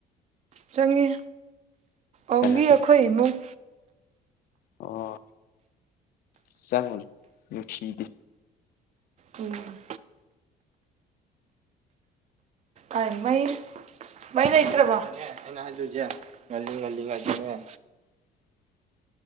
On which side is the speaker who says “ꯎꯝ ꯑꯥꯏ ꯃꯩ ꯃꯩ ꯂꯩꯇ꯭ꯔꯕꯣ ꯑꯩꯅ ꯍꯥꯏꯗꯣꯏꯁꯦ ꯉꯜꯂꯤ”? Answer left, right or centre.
Right